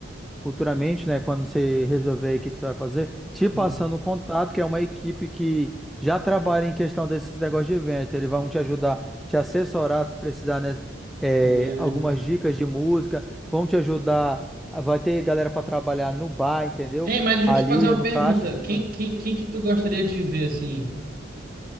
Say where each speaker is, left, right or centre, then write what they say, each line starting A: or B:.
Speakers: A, in the centre; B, on the right.
A: futuramente, né, quando você resolver aí o que que você vai fazer, te
B: Sim.
A: passando o contato, que é uma equipe que já trabalha em questão desses negócios de evento. Eles vão te ajudar, te assessorar se precisar, né, é,
B: É.
A: algumas dicas de música, vão te ajudar. Vai ter galera para trabalhar no bar, entendeu?
B: Ei, mas deixa
A: Ali
B: eu te fazer uma
A: ou no
B: pergunta.
A: caixa, essas
B: Quem,
A: coisas.
B: quem, quem que tu gostaria de ver, assim?